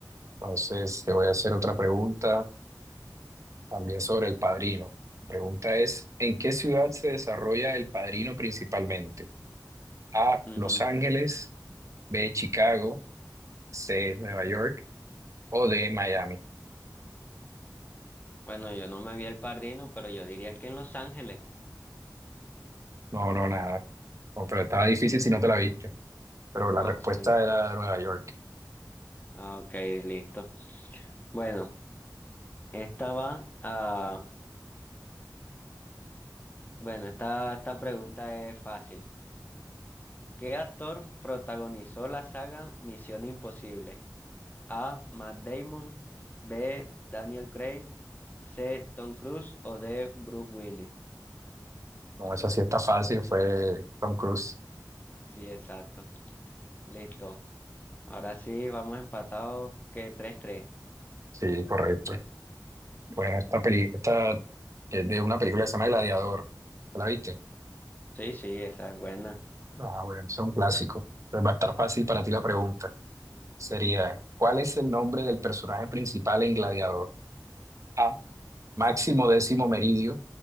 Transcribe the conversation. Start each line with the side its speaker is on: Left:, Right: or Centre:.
Right: Entonces te voy a hacer otra pregunta. También sobre El Padrino. Mi pregunta es, ¿en qué ciudad se desarrolla El Padrino principalmente? A,
Left: Ujú.
Right: Los Ángeles, B, Chicago, C, Nueva York o D, Miami.
Left: Bueno, yo no me vi el padrino, pero yo diría que en Los Ángeles.
Right: No, no, nada. No, pero estaba difícil si no te la viste. Pero la
Left: No,
Right: respuesta
Left: sí.
Right: era Nueva York.
Left: Ah, ok, listo. Bueno. Esta va a... Bueno, esta, esta pregunta es fácil. ¿Qué actor protagonizó la saga Misión Imposible? A. Matt Damon, B. Daniel Craig, C. Tom Cruise o D. Bruce Willis.
Right: No, esa sí está fácil, fue Tom Cruise.
Left: Sí, exacto. Listo. Ahora sí, vamos empatados que tres tres.
Right: Sí, correcto. Bueno, esta peli, esta es de una película que se llama Gladiador. ¿La viste?
Left: Sí, sí, esa es buena.
Right: Ah, bueno, es un clásico. Entonces va a estar fácil para ti la pregunta. Sería, ¿cuál es el nombre del personaje principal en Gladiador? A. Máximo Décimo Meridio.